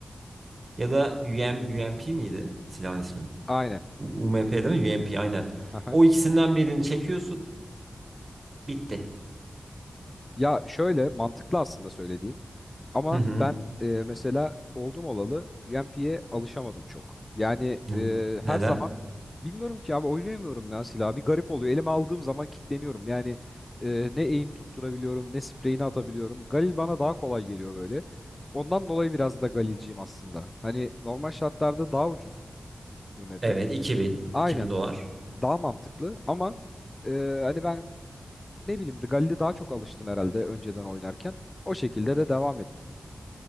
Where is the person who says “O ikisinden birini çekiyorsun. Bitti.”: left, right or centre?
Right